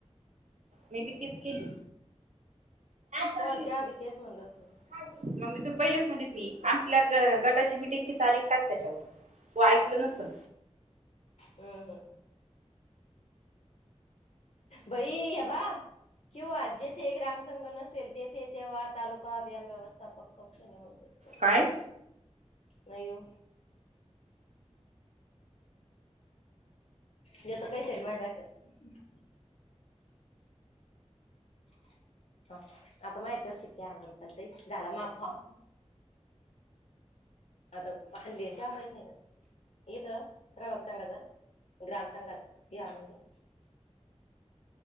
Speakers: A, on the right (about 85°); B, on the left (about 70°).
A: मी बी तीच केली. मग
B: तुम्हाला
A: मी
B: तेव्हा
A: तूला
B: बी तेच म्हणलं होत मी
A: पहिलेच म्हणली होती. मी आपल्या गटाची मिटिंगची तारीख टाक त्याच्यावर तू ऐकल नसल.
B: ह हं. बई हे बघ क्यू आर जेत ते ग्राम संंघ नसेल, तेथे तेव्हा तालुका अभियान व्यवस्थापक कक्ष निवजू नाही
A: काय
B: ओ. येत काहीतरी माझ्या डोक्यात <unintelligible> हा आता माझ्या याच्यावर शिक्के आणा रुपाली ताई झाला माझा फॉर्म आता फाणली आणि त्या माहित नाही का इथं प्रभात संगाचा ग्राम संघाचा या नंत